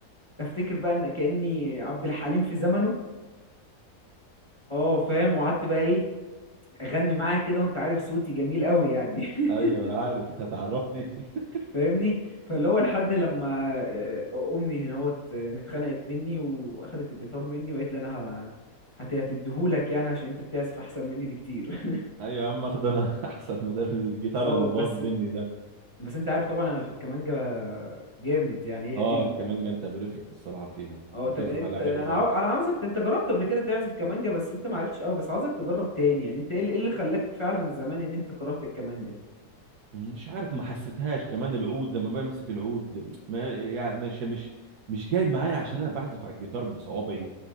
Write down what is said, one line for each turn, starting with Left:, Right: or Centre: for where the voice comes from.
Left: افتكر بقى ان كاني عبد الحليم في زمنه اه فاهم وقعدت بقى ايه اغني معاه كده وانت عارف صوتي جميل قوي يعني <laughs>
Right: ايوه انا عارف انت هتعرفني <laughs>
Left: فاهمني فاللي هو لحد لما آه، امي هناوت آه، اتخنقت مني واخدت الجيتار مني وقالت لي انا ه- هت- هتديهولك يعني عشان انت بتعزف احسن مني بكتير
Right: ايوه يا عم اخد انا <laughs> احسن مدار الجيتار
Left: <laughs> اه
Right: اللي
Left: بس
Right: باظ مني ده
Left: بس انت عارف طبعا انا في الكمانجة جامد يعني
Right: اه
Left: هي دي
Right: كمان جنت بريفكت الصراحه فيها
Left: اه
Right: بتعزف
Left: طب انت
Right: عليها
Left: انا
Right: حلو خالص
Left: عاو- انا عاوزك انت جربت قبل كده تعزف كمانجا بس انت ما عرفتش قوي بس عاوزك تجرب تاني يعني انت ايه اللي إيه اللي خلاك فعلا زمان ان انت كرهت الكمانجا
Right: مش عارف ما حسيتهاش كمان العود لما بمسك العود ما يعني مش مش مش جاي معايا عشان انا بعزف على الجيتار بصوابعي